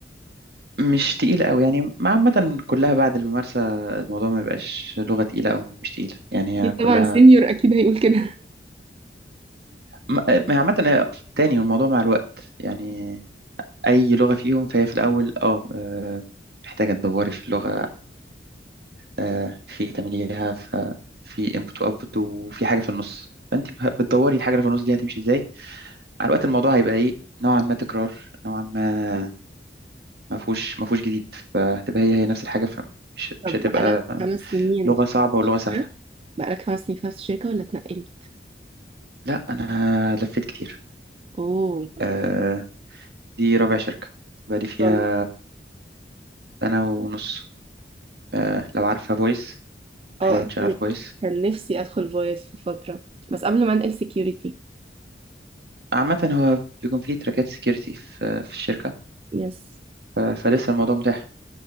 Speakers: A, on the right; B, on the right.
A: مش تقيلة أوي يعني ما عامة كلها بعد الممارسة الموضوع ما بيبقاش لغة تقيلة أو مش تقيلة يعني
B: <laughs> اكيد
A: هي كلها
B: طبعا سينيور اكيد هيقول كده
A: ما ما هي عامة هي- تاني الموضوع مع الوقت يعني أي لغة فيهم فهي في الأول أه آه، محتاجة تدوري في اللغة آه، في تمليها ف- في input و output وفي حاجة في النص فأنت به- بتدوري الحاجة اللي في النص دي هتمشي إزاي مع الوقت الموضوع هيبقى إيه نوعا ما تكرار نوعا ما ما فيهوش ما فيهوش جديد فهتبقى هي هي نفس الحاجة فمش
B: طب
A: مش هتبقى
B: بقالك خمس سنين
A: لغة
B: في
A: صعبة
B: نفس
A: ولغة
B: الشركة
A: سهلة
B: بقالك خمس سنين في نفس الشركة ولا اتنقلت
A: لا انا لفيت كتير
B: اوه
A: آه دي رابع شركه بقالي فيها
B: طبعاً.
A: سنه ونص آه لو عارفه فويس
B: اه
A: حاليا
B: اكيد
A: شغال فويس
B: كان نفسي ادخل فويس في فترة بس قبل ما انقل سكيورتي
A: عامه هو بيكون فيه تراكات سكيورتي في, في الشركه
B: يس
A: ف- فلسه الموضوع متاح